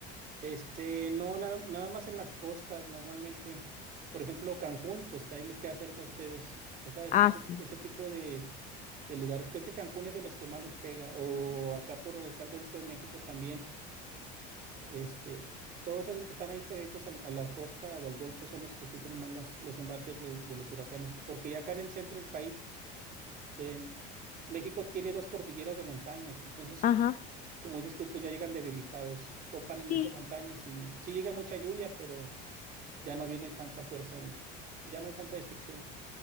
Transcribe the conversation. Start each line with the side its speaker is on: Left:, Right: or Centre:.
Right: Este, no, nada, nada más en las costas normalmente. Por ejemplo, Cancún, pues ahí les queda cerca a ustedes. O sea, es-
Left: Ah,
Right: ese,
Left: sí.
Right: ese tipo de, de lugares. Creo que Cancún es de los que más les pega. O acá por donde está el Golfo de México también. Este, todos esos que están ahí pegaditos al- a, la costa o al Golfo son los que sufren más las- los embates de, de los huracanes. Porque ya acá en el centro del país Eh, México tiene dos cordilleras de montañas, entonces,
Left: Ajá.
Right: como dices tú, pues ya llegan debilitados, topan en
Left: Sí,
Right: esas montañas y sí llega mucha lluvia, pero ya no viene tanta fuerza, el, ya no hay tanta destrucción.